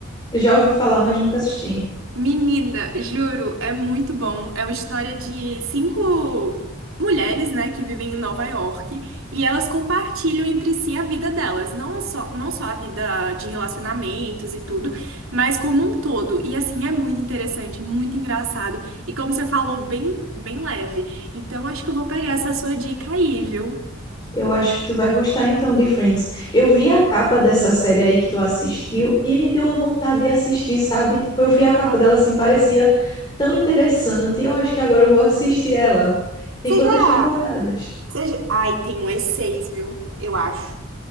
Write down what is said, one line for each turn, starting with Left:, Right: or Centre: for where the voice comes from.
Left: eu já ouvi falar, mas nunca assisti.
Right: Menina, juro, é muito bom. É uma história de cinco mulheres, né, que vivem em Nova York e elas compartilham entre si a vida delas, não é só, não só a vida de relacionamentos e tudo, mas como um todo. E assim, é muito interessante, muito engraçado e como você falou, bem, bem leve. Então, acho que eu vou pegar essa sua dica aí, viu?
Left: Eu acho que tu vai gostar então de Friends. Eu vi a capa dessa série aí que tu assistiu e me deu uma vontade de assistir, sabe? Tipo, eu vi a
Right: Ah,
Left: capa dela assim, parecia tão interessante. Eu acho que agora eu vou assistir ela. Tem
Right: Você
Left: quantas
Right: já,
Left: temporadas?
Right: você já... Ai, tem um e seis, viu? Eu acho.